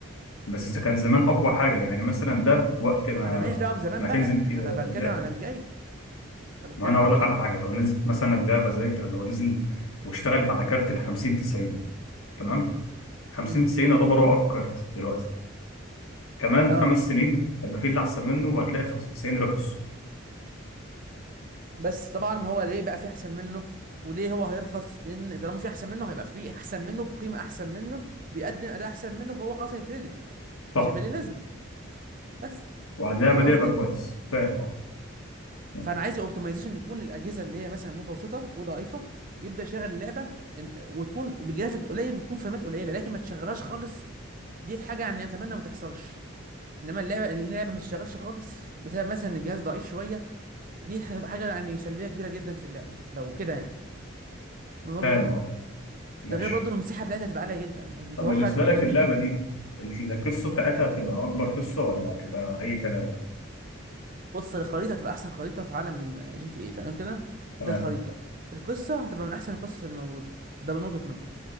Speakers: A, on the left; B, on the right.
A: بس اذا كان زمان اقوى حاجه يعني مثلا ده وقت ما
B: انا ماليش دعوه بزمان
A: ما تنزل
B: بقى
A: في
B: انا بتكلم
A: اللعبه
B: عن الجاي انا بتكلم
A: ما انا اقول
B: عن اللي
A: لك
B: جاي
A: على حاجه لو نزلت مثلا اللعبه زي لو نزل واشتغلت على كارت ال 50 90 تمام 50
B: امم
A: 90 يعتبر هو اقوى كارت دلوقتي كمان
B: اه
A: خمس سنين هيبقى في اللي احسن منه وهتلاقي 95 رخص
B: بس طبعا هو ليه بقى في احسن منه وليه هو هيرخص لان طالما في احسن منه هيبقى في احسن منه بقيمه احسن منه بيقدم اداء احسن منه فهو خلاص هيتردم
A: صح
B: مش هيبقى ليه لازمه بس
A: وعلى اللعبه
B: فاهم
A: دي
B: قصدي
A: يبقى كويس فاهم اه ماشي
B: فانا عايز اوبتمايزيشن يكون للاجهزه اللي هي مثلا متوسطه وضعيفه يبدا يشغل اللعبه إن- وتكون بجرافيك قليل وتكون فريمات قليله لكن ما تشغلهاش خالص دي حاجه يعني اتمنى ما تحصلش انما اللعبه اللعبه ما تشتغلش خالص بسبب مثلا ان الجهاز ضعيف شويه دي هتبقى حاجه يعني سلبيه كبيره جدا في اللعبه لو كده يعني من وجهه
A: فاهم
B: نظري
A: اه ماشي
B: ده غير برضه المساحه بتاعتها هتبقى عاليه جدا متوقع
A: طب بالنسبة
B: هتبقى
A: لك
B: 500
A: اللعبة
B: جيجا
A: دي القصة بتاعتها هتبقى أكبر قصة ولا هتبقى أي كلام؟
B: بص الخريطه هتبقى احسن خريطه في عالم جي تي اي تمام كده
A: تمام
B: ده خريطه القصه هتبقى من احسن القصص اللي موجوده ده من وجهه نظر